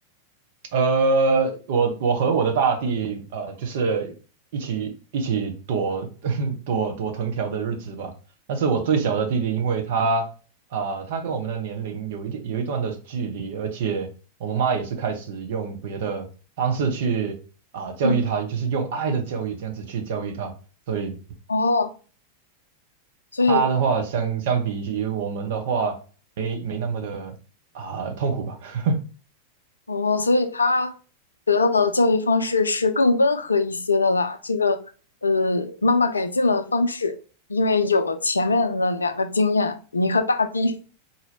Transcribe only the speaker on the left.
嗯，
哦，所以
哦，所以他得到的教育方式是更温和一些的啦。这个呃，妈妈改进了方式，因为有前面的两个经验，你和大地，